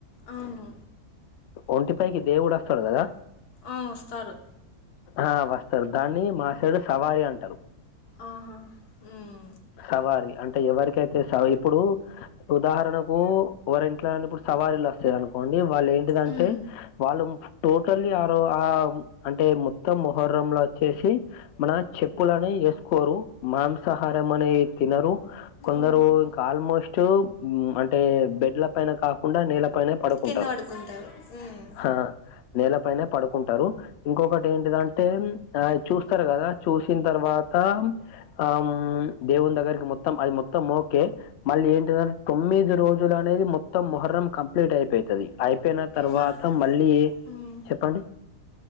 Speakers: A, on the left; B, on the left.
A: అవును
B: ఒంటి పైకి దేవుడస్తడు గదా
A: ఆ ఒస్తారు
B: ఆ వస్తరు దాన్ని మా సైడు సవారి అంటరు
A: ఆహా ఉమ్
B: సవారి అంటే ఎవరికైతే స ఇప్పుడు ఉదాహరణకు వోరి ఇంట్లనన్న ఏమైన ఇప్పుడు సవ్వారిలు వస్తయనుకోండి వాళ్ళు ఏంటిదంటే
A: హ్మ్.
B: వాళ్ళు టోటలీ ఆర్ ఆ అంటే మొత్తం మొహరంల చేసి మన చెప్పులనే వేసుకోరు మాంసాహారం అనేవి తినరు కొందరు
A: ఓహ్!
B: ఇంకా ఆల్మోస్ట్ ఉ అంటే బెడ్ల పైన కాకుండా నెళ్ల పైనే పడుకుంటరు
A: కింద పడుకుంటారు. హ్మ్.
B: హ నేలపైనే పడుకుంటరు ఇంకొకటి ఏంటిదంటే ఆ చూస్తారు కదా చూసిన తర్వాత ఆ ఉమ్ దేవుని దగ్గరికి మొత్తం అది మొత్తం ఓకే మళ్ళీ ఏంటిద తొమ్మిది రోజులు అనేది మొత్తం ముహర్రం కంప్లీట్ అయిపోతది అయిపోయిన తర్వాత
A: మా
B: మళ్ళీ ఏ
A: హ్మ్.
B: చెప్పండి